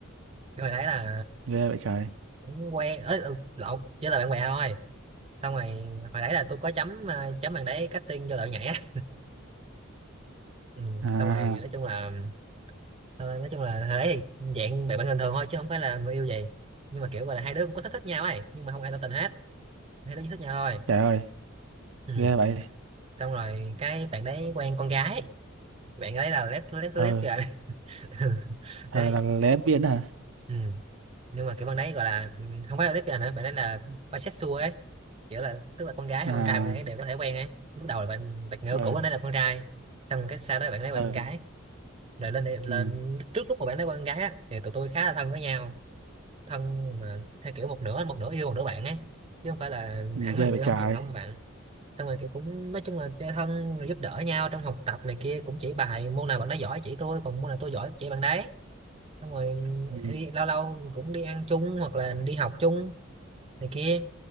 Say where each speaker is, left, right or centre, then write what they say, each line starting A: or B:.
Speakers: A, on the right; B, on the right.
A: cái hồi đấy là
B: Ghê vậy trời.
A: cũng quen ấy lộn chỉ là bạn bè thôi xong rồi hồi nãy là tôi có chấm ờ, chấm bằng đấy cutting vô lợi nhảy á ừ.
B: À,
A: xong rồi nói chung là ờ, nói chung là hồi đấy thì dạng bạn bạn bình thường thôi chứ không phải là người yêu gì nhưng mà kiểu gọi là hai đứa cũng có thích thích nhau ấy nhưng mà không ai tỏ tình hết hai đứa chỉ thích nhau thôi
B: trời ơi,
A: ừ.
B: ghê vậy.
A: xong rồi cái bạn đấy quen con gái bạn đấy là lép lép lép
B: ờ
A: rồi <laughs>
B: ờ
A: đấy
B: là lé biên hả?
A: ừ. nhưng mà kiểu bạn đấy gọi là ừ, không phải là lép rồi nữa bạn đấy là bisexual ấy kiểu là tức là con gái
B: À,
A: hay con trai bạn ấy đều có thể quen ấy lúc đầu là bạn đặt ngựa
B: ờ
A: cũ bạn ấy là con trai xong cái sau đó bạn ấy
B: ờ,
A: quen con gái rồi lên đây- lên
B: ừ,
A: trước lúc mà bạn nói con gái á, thì tụi tôi khá là thân với nhau thân mà theo kiểu một nửa một nửa yêu một nửa bạn ấy chứ không phải là
B: nhìn
A: hẳn
B: ghê
A: là người
B: vậy
A: yêu
B: trời.
A: không hẳn không là bạn xong rồi kiểu cũng nói chung là chơi thân rồi giúp đỡ nhau trong học tập này kia cũng chỉ bài môn nào bạn nói giỏi chỉ tôi còn môn nào tôi giỏi chỉ bạn đấy xong rồi
B: Ừ.
A: đi lâu lâu cũng đi ăn chung hoặc là đi học chung này kia